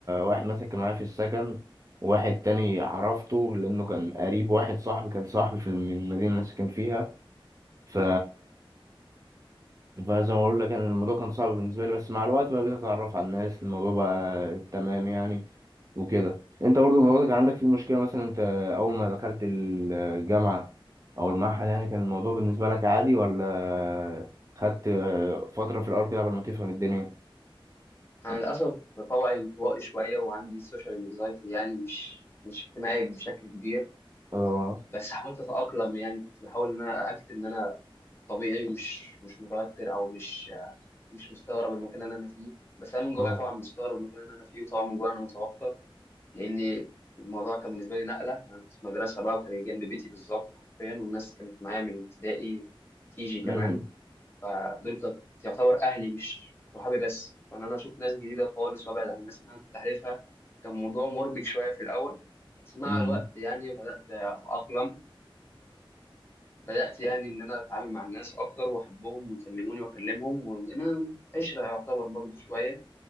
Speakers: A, on the right; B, on the left.
A: واحد مسك معايا في السكن وواحد تاني عرفته لأنه كان قريب واحد صاحبي كان صاحبي في من المدينة اللي أنا ساكن فيها ف فزي ما بقول لك يعني الموضوع كان صعب بالنسبة لي بس مع الوقت بقى بقيت أتعرف على الناس الموضوع بقى تمام يعني وكده أنت برضو الموضوع ده كان عندك فيه مشكلة مثلا أنت أول ما دخلت الجامعة أو المعهد يعني كان الموضوع بالنسبة لك عادي ولا خدت فترة في الأول كده قبل ما تفهم الدنيا؟
B: أنا للأسف طبعي انطوائي شوية وعندي سوشيال انكزايتي يعني مش مش اجتماعي بشكل كبير
A: اه
B: بس حاولت أتأقلم يعني كنت بحاول إن أنا أكت إن أنا طبيعي مش مش متوتر أو مش مش مستغرب المكان اللي أنا فيه بس أنا من جوايا
A: اه
B: طبعا مستغرب المكان اللي أنا فيه وطبعا من جوايا أنا متوتر لأن الموضوع كان بالنسبة لي نقلة أنا كنت في مدرسة بقى وكانت جنب بيتي بالظبط حرفيا والناس كانت معايا من ابتدائي وكيجي كمان
A: امم
B: فدول كانت يعتبر اهلي مش صحابي بس وان انا اشوف ناس جديده خالص وابعد عن الناس اللي انا كنت عارفها كان موضوع مربك شويه في الاول بس مع
A: امم
B: الوقت يعني بدات اتاقلم وبدات يعني ان انا اتعامل مع الناس اكتر واحبهم ويكلموني واكلمهم وانا عشره يعتبر برضو شويه